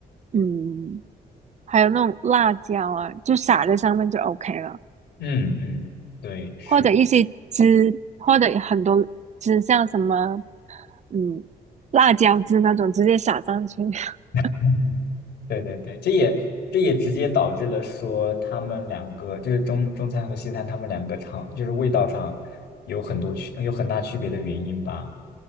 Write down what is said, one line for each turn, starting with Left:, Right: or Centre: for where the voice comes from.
Right: 嗯，还有那种辣椒啊，就撒在上面就 OK 了，
Left: 嗯嗯，对，是的
Right: 或者一些汁，或者很多汁，像什么嗯辣椒汁那种，直接撒上去。<laughs>
Left: <laughs> 对对对，这也这也直接导致了说他们两个就是中中餐和西餐，他们两个尝就是味道上有很多区有很大区别的原因吧，